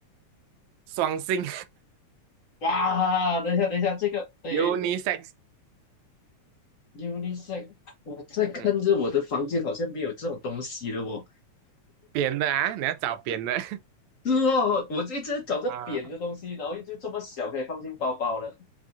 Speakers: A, on the right; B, on the left.
A: 双性
B: 哇，等一下等一下，这个呃。
A: <laughs> unisex，
B: Unisex，我在看着我的房间好像没有这种东西了哦。
A: 嗯，扁的啊，你要找扁的
B: 是哦，我这一直在找着扁的东西，
A: <laughs> 啊，
B: 然后就这么小可以放进包包了。什